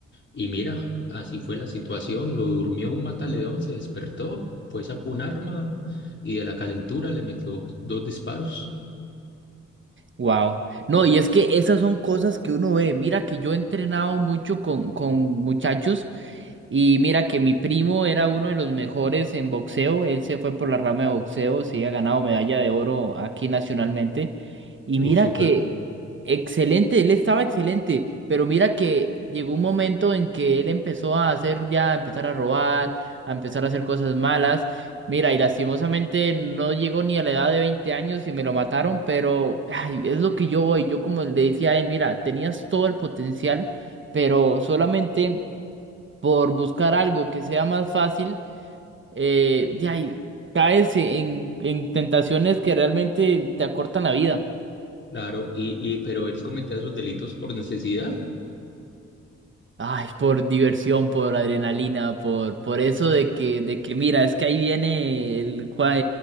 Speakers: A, on the left; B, on the right.
A: y mira, así fue la situación, lo durmió un mataleón, se despertó, fue, sacó un arma y de la calentura le metió dos disparos.
B: Wow. No, y es que esas son cosas que uno ve. Mira que yo he entrenado mucho con, con muchachos. Y mira que mi primo era uno de los mejores en boxeo, él se fue por la rama de boxeo, sí ha ganado medalla de oro aquí nacionalmente. Y mira
A: Uh, súper,
B: que excelente, él estaba excelente, pero mira que llegó un momento en que él empezó a hacer ya, a empezar a robar, a empezar a hacer cosas malas. Mira, y lastimosamente no llegó ni a la edad de 20 años y me lo mataron, pero ay, es lo que yo voy. Yo como le decía a él, mira, tenías todo el potencial, pero solamente por buscar algo que sea más fácil, eh, de ahí caes en, en tentaciones que realmente te acortan la vida.
A: claro, y, y, pero él cometía esos delitos por necesidad.
B: Ay, por diversión, por adrenalina, por, por eso de que, de que, mira, es que ahí viene el, Juan-